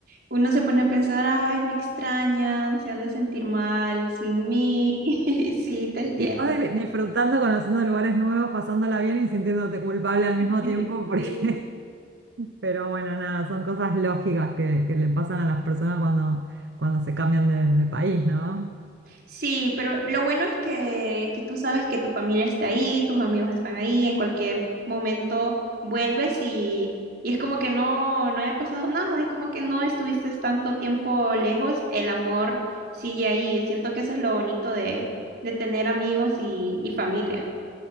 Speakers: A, on the right; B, on the right.
A: uno se pone a pensar, ay, me extrañan, se han de sentir mal sin mí. <laughs> Sí, te entiendo.
B: Y vas di- disfrutando, conociendo lugares nuevos, pasándola bien y sintiéndote culpable al mismo
A: <laughs>
B: tiempo porque
A: Sí.
B: Pero bueno, nada, son cosas lógicas que, que le pasan a las personas cuando, cuando se cambian de, de país, ¿no?
A: Sí, pero lo bueno es que, que tú sabes que tu familia está ahí, tus amigos están ahí, en cualquier momento vuelves y, y es como que no, no haya pasado nada, es como que no estuviste tanto tiempo lejos, el amor sigue ahí. Siento que eso es lo bonito de, de tener amigos y, y familia.